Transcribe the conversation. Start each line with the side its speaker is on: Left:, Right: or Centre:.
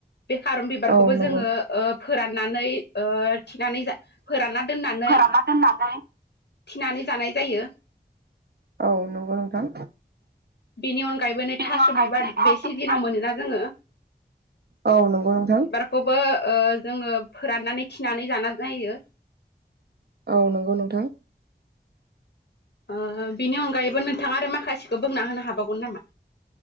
Left: बे खारन बिबारखौबो
Right: औ नंगौ
Left: जोङो ओ फोराननानै ओ थिनानै जा फोरानना दोननानै
Right: फोराना दोननानै
Left: थिनानै जानाय जायो।
Right: औ नंगौ नोंथां
Left: बेनि अनगायैबो नै
Right: बेनि
Left: थास'
Right: अनगायैबो
Left: बिबार
Right: थास'
Left: बे सिजोनाव
Right: बिबार
Left: मोनोना जोङो
Right: औ नंगौ नोंथां
Left: बे खौबो जोङो फोराननानै खिनानै जानाय जायो।
Right: औ नंगौ नोंथां
Left: ओ बिनि अनगायैबो नोंथाङा आरो माखासेखौ बोंना होनो हाबावगोन नामा?